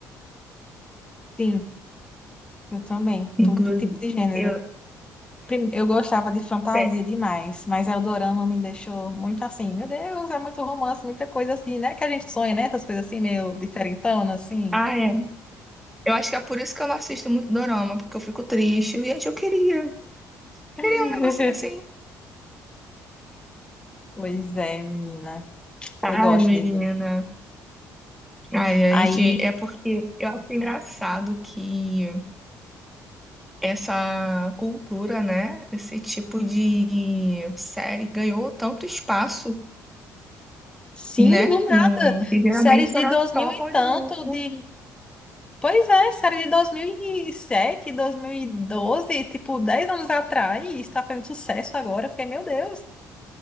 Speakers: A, on the left; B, in the centre.
A: sim, eu também,
B: Inclusive,
A: todo tipo de gênero.
B: eu,
A: prim- Eu gostava de fantasia
B: tem-
A: demais, mas Eldorama me deixou muito assim, meu Deus, é muito romance, muita coisa assim, né? Que a gente sonha, né? Essas coisas assim, meio diferentona, assim.
B: ah, é. Eu acho que é por isso que eu não assisto muito dorama, porque eu fico triste. Gente, eu queria,
A: <laughs>
B: queria um negocinho assim.
A: Pois é, menina.
B: Ai,
A: Eu gosto
B: menina.
A: de dorama.
B: Ai, a
A: Aí,
B: gente, é porque eu acho engraçado que essa cultura, né, esse tipo de série ganhou tanto espaço,
A: sim,
B: né,
A: do nada.
B: num, que geralmente
A: Séries de
B: era
A: 2000
B: só
A: e
B: Hollywood
A: tanto, de... Pois é, série de dois dois mil mil e sete, dois mil e doze, tipo, 10 anos atrás, está fazendo sucesso agora. Eu fiquei, meu Deus.